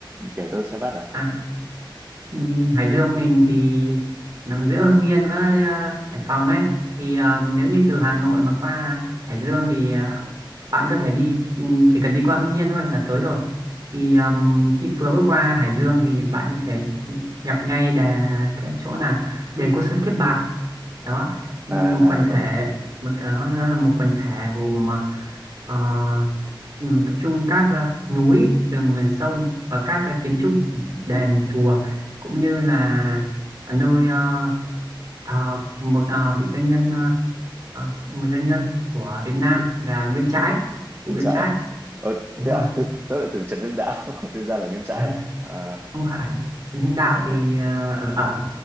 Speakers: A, on the right; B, on the right.
A: kể tôi xem phát à
B: à, đi Hải Dương mình thì nằm giữa Hưng Yên với à, Hải Phòng ấy. Thì à, nếu như từ Hà Nội mà qua Hải Dương thì à, bạn có thể đi ừ, chỉ cần đi qua Hưng Yên thôi là tới rồi. Thì à, khi vừa bước qua Hải Dương thì bạn có thể gặp ngay đà cái chỗ là đền Côn Sơn Kiếp Bạc đó một
A: à
B: quần
A: à còn
B: thể một đó, đó là một quần thể gồm ờ, tập trung các ờ, núi rừng ờ, sông và các cái kiến trúc đền chùa cũng như là ở nơi ờ, thờ một ờ, vị danh nhân ờ, ờ, một danh nhân của Việt Nam
A: <laughs>
B: là Nguyễn Trãi cụ
A: Nguyễn
B: Nguyễn
A: Trãi
B: Trãi
A: à ờ,
B: đúng
A: thế
B: rồi
A: à
B: <laughs>
A: thế tớ lại tưởng Trần Hưng Đạo <laughs> thế ra là Nguyễn Trãi
B: Ha,
A: à à
B: không phải Trần Hưng Đạo
A: ờ,
B: thì ờ, ở, ở, ở